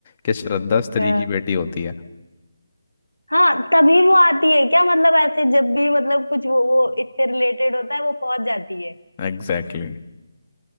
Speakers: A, on the left; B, on the left.
A: कि श्रद्धा स्त्री
B: हाँ
A: की बेटी होती है
B: हाँ, तभी वो आती है क्या मतलब ऐसे जब भी मतलब कुछ वो वो इससे रिलेटेड होता है वो पहुंच जाती है
A: Exactly exactly.